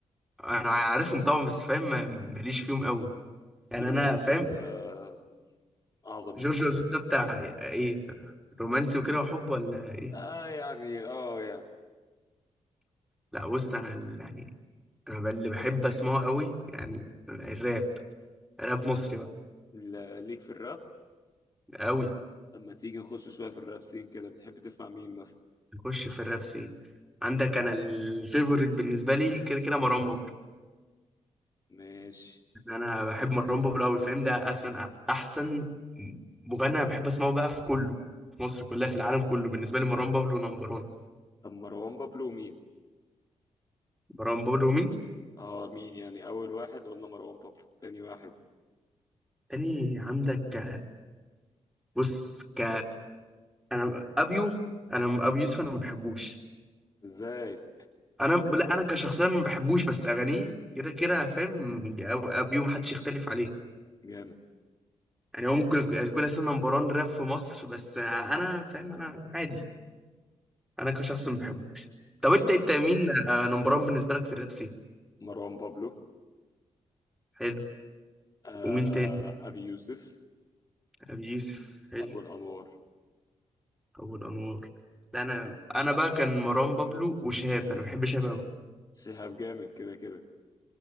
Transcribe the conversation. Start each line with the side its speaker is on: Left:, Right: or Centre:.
Centre: انا عارفهم طبعا بس فاهم ما- ماليش فيهم قوي يعني
Left: جورج
Centre: انا
Left: وسوف
Centre: فاهم
Left: ده من أعظم
Centre: جورج
Left: الناس
Centre: وسوف ده بتاع ايه رومانسي وكده وحب ولا ايه
Left: آه يعني آه يعني
Centre: لا بص انا ال- يعني انا ب- اللي بحب اسمعه قوي يعني الراب راب مصري بقى
Left: ل- ليك في الراب
Centre: قوي
Left: لما تيجي نخش شوية في الراب سين كده بتحب تسمع مين مثلا؟
Centre: اخش في الراب سين عندك انا الفيفوريت بالنسبه لي كده كده مروان بابلو
Left: ماشي
Centre: يعني انا بحب مروان بابلو قوي فاهم ده اصلا احسن مغني انا بحب اسمعه بقى في كله في مصر كلها في العالم كله بالنسبه لي مروان بابلو نمبر 1
Left: طب مروان بابلو مين؟
Centre: مروان بابلو مين
Left: آه مين يعني أول واحد قلنا مروان بابلو تاني واحد
Centre: تاني عندك بص ك انا ابيو انا ابو يوسف انا ما بحبوش
Left: إزاي؟
Centre: انا لا انا كشخصيا ما بحبوش بس اغانيه كده كده فاهم من- ابيو ما حدش يختلف عليه
Left: جامد
Centre: يعني هو ممكن يكون اصلا نمبر 1 راب في مصر بس انا فاهم انا عادي انا كشخص ما بحبوش طب
Left: كشا
Centre: انت انت مين نمبر 1 بالنسبه لك في الراب سين
Left: مروان بابلو
Centre: حلو
Left: آه
Centre: ومين تاني
Left: أبي يوسف
Centre: ابو يوسف حلو
Left: أبو الأنوار
Centre: ابو الانوار ده انا انا بقى كان مروان بابلو وشهاب انا بحب شهاب قوي
Left: شهاب جامد كده كده